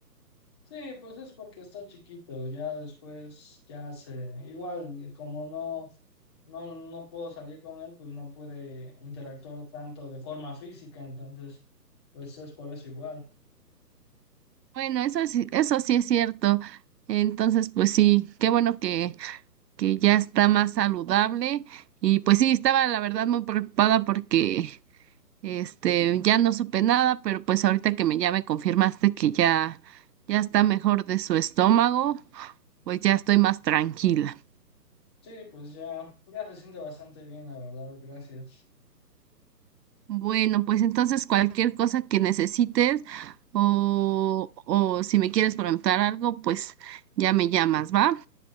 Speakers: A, on the left; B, on the right.
A: Sí, pues es porque está chiquito, ya después ya se, igual como no, no, no puedo salir con él, pues no puede interactuar tanto de forma física, entonces pues es por eso igual.
B: Bueno, eso sí, eso sí es cierto. Entonces, pues sí, qué bueno que, que ya está más saludable. Y pues sí, estaba la verdad muy preocupada porque Este, ya no supe nada, pero pues ahorita que me ya me confirmaste que ya ya está mejor de su estómago, pues ya estoy más tranquila.
A: Sí, pues ya, ya se siente bastante bien, la verdad, gracias.
B: Bueno, pues entonces cualquier cosa que necesites o o si me quieres preguntar algo, pues ya me llamas, ¿va?